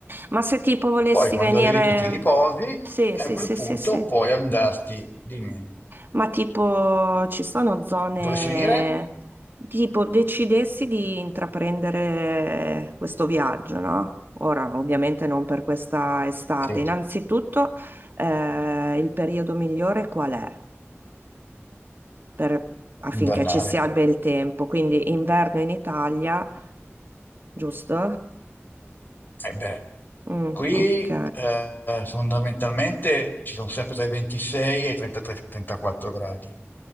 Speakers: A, on the right; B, on the left.
A: Ma se tipo volessi
B: Poi quando
A: venire...
B: arrivi qui ti riposi e
A: Sì, sì,
B: a quel
A: sì,
B: punto
A: sì, sì.
B: puoi andarti, dimmi,
A: Ma tipo, ci sono zone,
B: volessi venire?
A: tipo, decidessi di intraprendere questo viaggio, no? Ora, ovviamente non per questa estate.
B: Sì,
A: Innanzitutto, eh, il periodo migliore qual è? Per- affinché
B: invernale.
A: ci sia il bel tempo. Quindi inverno in Italia, giusto?
B: E beh.
A: Mm,
B: Qui
A: ok.
B: eh, fondamentalmente ci sono sempre tra i 26 e i 33-34 gradi.